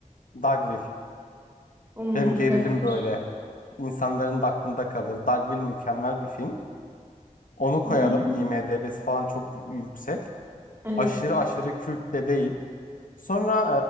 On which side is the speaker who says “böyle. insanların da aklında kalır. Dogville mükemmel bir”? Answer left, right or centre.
Left